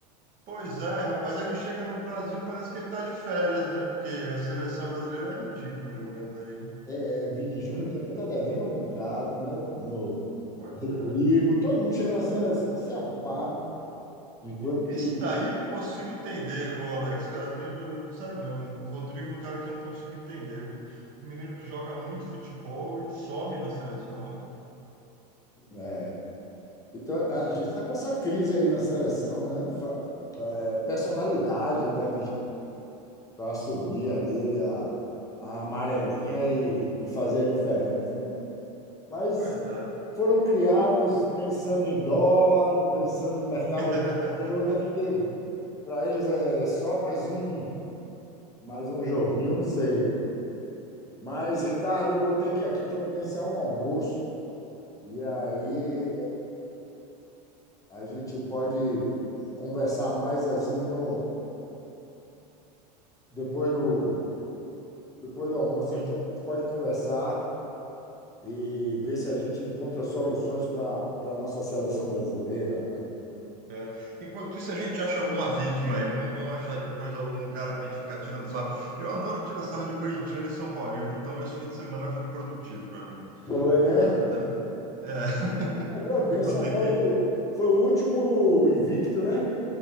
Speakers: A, on the right (about 40°); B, on the left (about 15°).
A: Pois é, rapaz, aí ele chega no Brasil, parece que ele tá de férias, né? Porque a seleção brasileira é ridícula jogando aí, né?
B: É, Vini Júnior também está devendo um bocado, né? No
A: Pois
B: Rodrigo,
A: é.
B: todo mundo chega na seleção, se apaga, enquanto
A: Esse
B: que.
A: daí eu não consigo entender, ô Alex, eu lembro, sério mesmo, o Rodrigo é um cara que eu não consigo entender. Um menino que joga muito futebol e some na seleção, rapaz.
B: É. Então, a, a gente está com essa crise aí na seleção, né? Fa- é, personalidade para para assumir ali a, a amarelinha e, e fazer a diferença, né? Mas
A: Pois é.
B: foram criados pensando em dólar, pensando em mercado
A: <laughs>
B: europeu, né? Que para eles é só mais um, mais um joguinho, não sei. Mas, Ricardo, eu vou ter que aqui providenciar um almoço e aí a gente pode conversar mais assim no depois do depois do almoço
A: Sim,
B: aqui a gente pode conversar e ver se a gente encontra soluções para para nossa seleção brasileira.
A: é. Enquanto isso, a gente acha alguma vítima aí. Vamos, vamos achar depois algum cara pra gente ficar tirando sarro. Eu adoro tirar sarro de corintiano e São Paulino, então esse fim de semana foi produtivo para mim.
B: Foi, né?
A: Mas eu também. É.
B: Lembrou
A: <laughs>
B: bem,
A: Eu vou
B: São
A: ter
B: Paulo
A: que.
B: foi, foi o último invicto, né?